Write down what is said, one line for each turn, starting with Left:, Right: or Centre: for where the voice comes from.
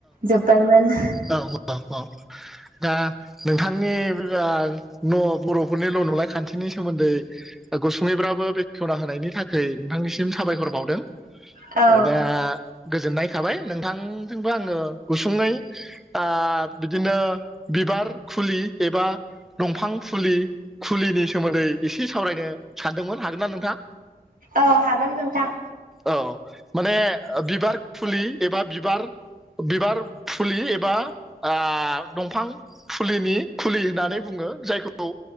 Right: जोब्बायमोन।
Centre: औ औ दा नोंथांनि <unintelligible> न' बर'फोरनिल' नुलाय खान्थिनि सोमोन्दै ओ गुसुंङैब्राबो बेखेवना होनायनि थाखाय नोंथांनिसिम साबायहर बावदों।
Right: औ
Centre: ओ दा गोजोननाय थाबाय नोंथांजोंबो आङो गुसुङै ओ बिदिनो बिबार खुलि एबा दंफां फुलि खुलिनि सोमोन्दै एसे सावरायनो सानदोंमोन हागोन ना नोंथां?
Right: औ हागोन नोंथां।
Centre: औ माने ओ बिबार फुलि एबा बिबार खो बिबार फुलि एबा आ दंफां फुलिनि खुलि होननानै बुङो जायखौ